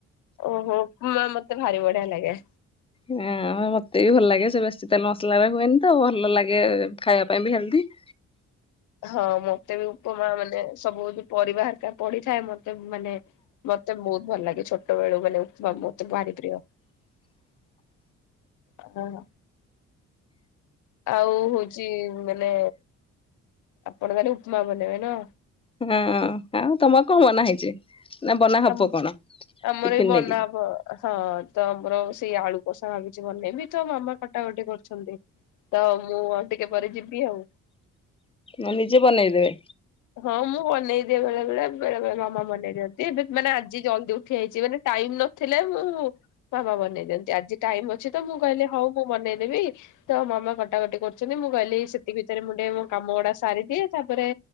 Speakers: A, on the left (about 80°); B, on the left (about 20°).
A: ଓହୋ ଉପମା ମୋତେ ଭାରି ବଢିଆ ଲାଗେ।
B: ହଁ ମତେ ବି ଭଲ ଲାଗେ ସେ ବେଶୀ ତେଲ ମସଲାରେ ହୁଏନି ତ ଭଲ ଲାଗେ ଖାଇବା ପାଇଁ ବି ହେଲ୍ଦି। <inaudible>
A: ହଁ ମତେ ବି ଉପମା ମାନେ ସବୁ ପରିବା ହେରିକା ପଡିିଥାଏ ମୋତେ ମାନେ ମୋତେ ବହୁତ ଭଲ ଲାଗେ ଛୋଟବେଳୁ ମାନେ ଉପମା ମୋତେ ଭାରି ପ୍ରିୟ।
B: <inaudible>
A: ହଁ। ଆଉ ହଉଛି ମାନେ ଆପଣ ମାନେ ଉପମା ବନେଇବେ ନା।
B: ହୁଁ ହୁଁ ତୁମକୁ ମନା ହେଇଛି। ନା ବନା ହବ
A: ଆମ୍
B: କଣ
A: ଆମର
B: ଟିଫିନ
A: ବି ବନା
B: ନେଇକି
A: ହବ। ହଁ ତ ଆମର ସେଇ ଆଳୁ କଷା ଭାଗିଛି ମନେଇବି ତ ମାମା କଟାକଟି କରୁଛନ୍ତି। ତ ମୁଁ ଟିକେ ପରେ ଯିବି ଆଉ।
B: ନିଜେ ବନେଇ ଦେବେ।
A: ହଁ ମୁଁ ବନେଇ ଦିଏ ବେଳେ ବେଳେ ବେଳେ ବେଳେ ମାମା ବନେଇ ଦିଅ ଏବେ ମାନେ ଆଜି ଜଲଦି ଉଠି ଆଇଛି ମାନେ ଟାଇମ୍ ନଥିଲେ ମୁଁ ମାମା ବନେଇ ଦିଅନ୍ତି ଆଜି ଟାଇମ୍ ଅଛି ତ ମୁଁ କହିଲି ହଉ ମୁଁ ବନେଇଦେବି ତ ମାମା କଟାକଟି କରୁଛନ୍ତି ମୁଁ କହିଲି ସେତିକ ଭିତରେ ମୁଁ ଟିକେ ମୋ କାମ ଗୁଡା ସାରିଦିଏ ତାପରେ